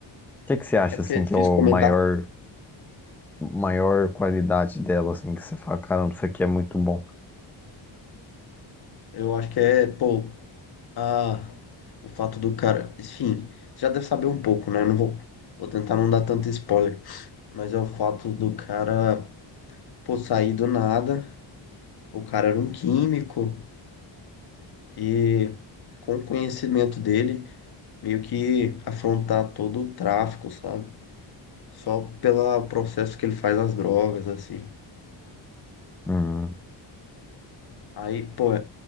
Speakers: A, in the centre; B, on the left (about 55°).
A: que que você acha
B: É porque
A: assim
B: é
A: que
B: difícil
A: é o
B: comentar.
A: maior, maior qualidade dela, assim, que você fala, caramba, isso aqui é muito bom.
B: Eu acho que é, pô, a, o fato do cara. Enfim, já deve saber um pouco, né? Eu não vou, vou tentar não dar tanto spoiler. mas é o fato do cara, pô, sair do nada. O cara era um químico e, com o conhecimento dele, meio que afrontar todo o tráfico, sabe? Só pelo processo que ele faz as drogas, assim.
A: Hum,
B: Aí, pô, é,